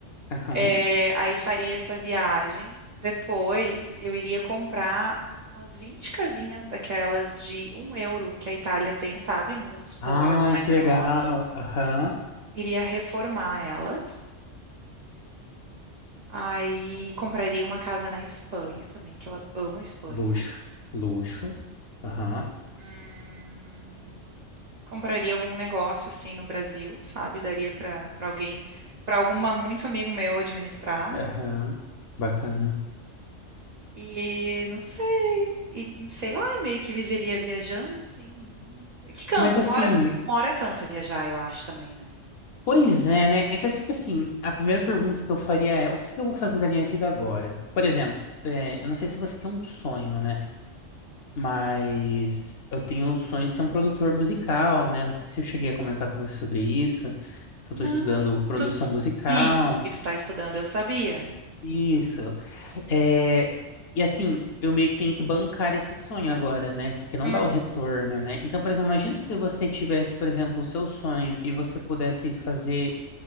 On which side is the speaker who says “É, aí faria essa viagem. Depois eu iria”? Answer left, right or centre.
Right